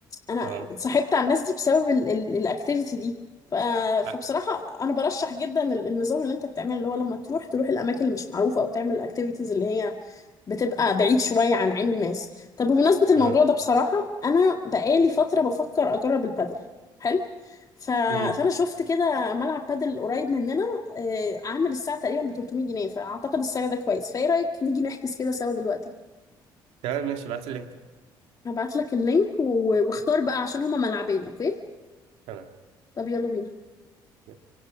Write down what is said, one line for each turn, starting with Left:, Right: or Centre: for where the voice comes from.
Left: أنا
Right: اه
Left: اتصاحبت على الناس دي بسبب ال- ال- الأكتيفيتي دي ف... فبصراحة
Right: اه
Left: أنا برشح جدا ال- النظام اللي أنت بتعمله اللي هو لما تروح تروح الأماكن اللي مش معروفة أو تعمل الأكتيفيتيز اللي هي بتبقى بعيد شوية عن عين الناس طب بمناسبة الموضوع
Right: آه.
Left: ده بصراحة أنا بقالي فترة بفكر أجرب البادل حلو ف...
Right: مم.
Left: فأنا شفت كده ملعب بادل قريب مننا آه، عامل الساعة تقريبا ب 300 جنيه فأعتقد السعر ده كويس فإيه رأيك نيجي نحجز كده سوا دلوقتي
Right: تمام ماشي ابعت اللينك
Left: هبعت لك اللينك و... واختار بقى عشان هما ملعبين أوكي
Right: تمام
Left: طب يلا بينا
Right: يلا.